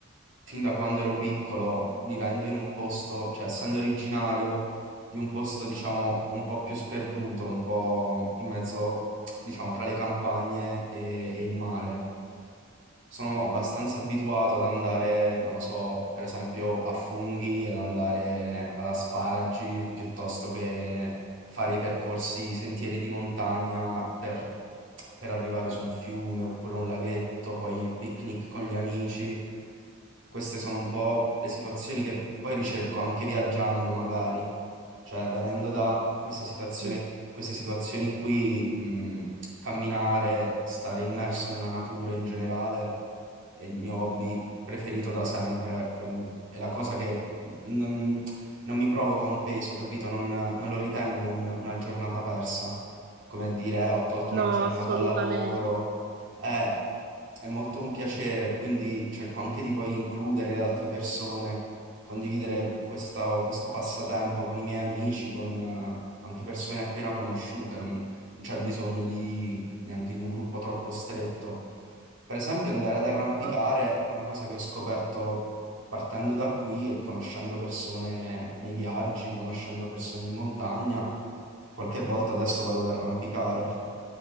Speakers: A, on the right (about 70°); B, on the right (about 50°).
A: fin da quando ero piccolo, vivendo in un posto, cioè essendo originario di un posto, diciamo, un po' più sperduto, un po' in mezzo, diciamo, tra le campagne e, e il mare. sono abbastanza abituato ad andare, non lo so, per esempio a funghi, ad andare ad asparagi, piuttosto che fare i percorsi, i sentieri di montagna per, per arrivare su un fiume oppure un laghetto, poi il picnic con gli amici. Queste sono un po' le situazioni che poi ricerco anche viaggiando, magari. Cioè, venendo da questa situazione,
B: Sì.
A: queste situazioni qui, mh, camminare, stare immerso nella natura in generale è il mio hobby preferito da sempre, ecco, il- è la cosa che n- non, non mi provoca un peso, capito? Non, non lo ritengo un- una giornata persa, come a dire, eh, ho tolto
B: No,
A: una giornata
B: assolutamente.
A: al lavoro. Eh, è molto un piacere, quindi cerco anche di poi includere le altre persone, condividere questa- questo passatempo con i miei amici, con eh, anche persone appena conosciute, non, non c'è bisogno di, neanche di un gruppo troppo stretto. Per esempio, andare ad arrampicare
B: Esatto.
A: è una cosa che ho scoperto partendo da qui e conoscendo persone nei viaggi, conoscendo persone in montagna. Qualche volta adesso vado ad arrampicare